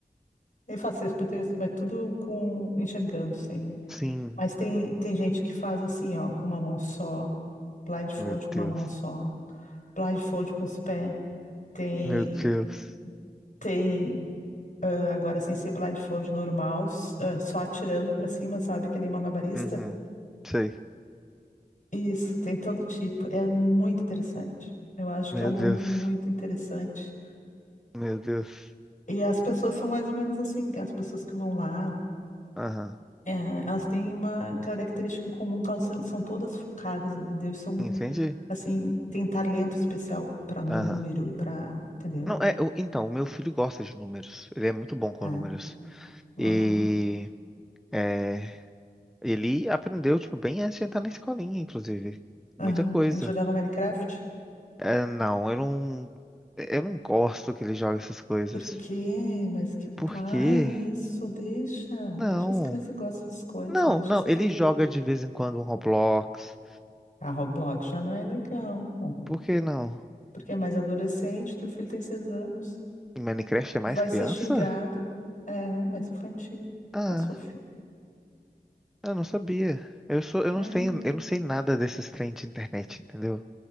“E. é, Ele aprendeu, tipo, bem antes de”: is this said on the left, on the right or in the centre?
Centre